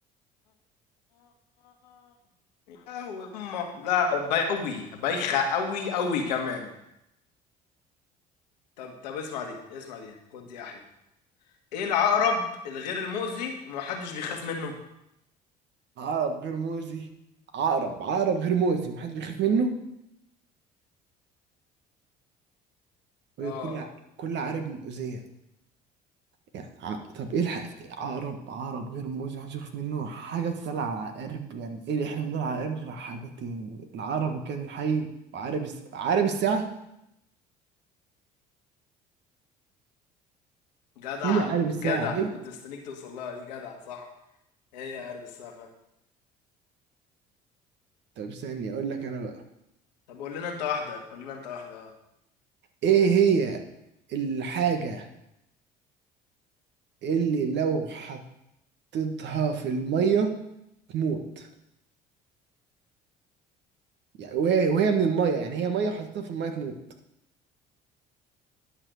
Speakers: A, on the left; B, on the right.
A: يا هو أمه. لا بيوي بايخه قوي قوي كمان طب طب اسمع دي اسمع دي خد دي احلى ايه العقرب الغير المؤذي ومحدش بيخاف منه
B: عقرب غير مؤذي عقرب عقرب غير مؤذي ومحدش بيخاف منه وكل
A: اه
B: ع- كل عقرب مؤذية يعني ع... طب ايه الحق عقرب عقرب غير مؤذي محدش بيخاف منه حاجة بتتقال على العقارب يعني ايه اللي احنا بنقول على العقارب غير على حاجتين العقرب كان الحي وعقرب الس... عقرب الساعة
A: جدع
B: هي عقرب الساعة
A: جدع
B: هي
A: انا كنت مستنيك توصل لها دي جدع صح هي عارف السقف
B: طب استني اقول لك انا بقى
A: طب قول لنا انت واحدة قول لنا انت واحدة اه.
B: ايه هي الحاجة اللي لو حطيتها في المية تموت يعني وهي وهي من الميه يعني هي ميه حطيتها في الميه تموت